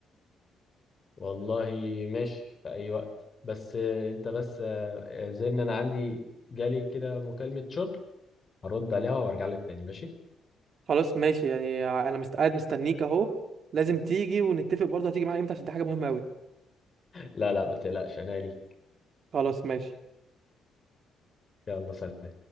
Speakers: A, on the left (about 35°); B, on the right (about 55°).
A: والله ماشي في أي وقت بس آه أنت بس آه زي إن أنا عندي جالي كده مكالمة شغل هرد عليها وأرجع لك تاني ماشي؟
B: خلاص ماشي يعني انا مست... قاعد مستنيك اهو لازم تيجي ونتفق برضه هتيجي معايا امتى عشان دي حاجه مهمه قوي
A: لا لا ما تقلقش أنا لي
B: خلاص ماشي
A: يلا سلام